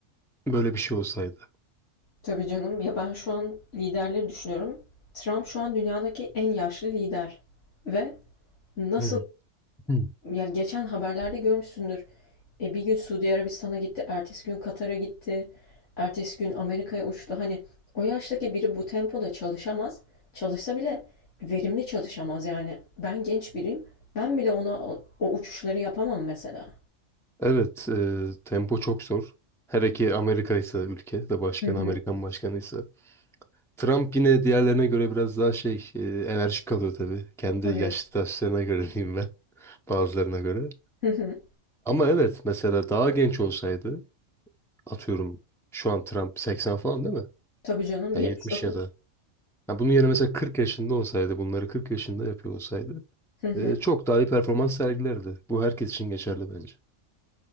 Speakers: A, in the centre; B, on the left.
A: Böyle bir şey olsaydı.
B: Tabii canım ya ben şu an liderleri düşünüyorum. Trump şu an dünyadaki en yaşlı lider. Ve Nasıl
A: Hı. Hı.
B: ya geçen haberlerde görmüşsündür. E, bir gün Suudi Arabistan'a gitti, ertesi gün Katar'a gitti, ertesi gün Amerika'ya uçtu. Hani o yaştaki biri bu tempoda çalışamaz. Çalışsa bile verimli çalışamaz yani. Ben genç biriyim. Ben bile ona o, o uçuşları yapamam mesela.
A: Evet, e, tempo çok zor. Hele ki Amerika ise ülke ve başkanı
B: Hı hı.
A: Amerikan başkanıysa. Trump yine diğerlerine göre biraz daha şey e, enerjik kalıyor tabii. Kendi
B: Tabii.
A: yaşlı taşlarına göre diyeyim ben <laughs> bazılarına göre.
B: Hı hı.
A: Ama evet mesela daha genç olsaydı atıyorum şu an Trump 80 falan değil mi?
B: Tabii canım
A: Ya
B: 79.
A: 70 ya da. Ha, bunun yerine mesela 40 yaşında olsaydı, bunları 40 yaşında yapıyor olsaydı
B: Hı hı.
A: e, çok daha iyi performans sergilerdi. Bu herkes için geçerli bence.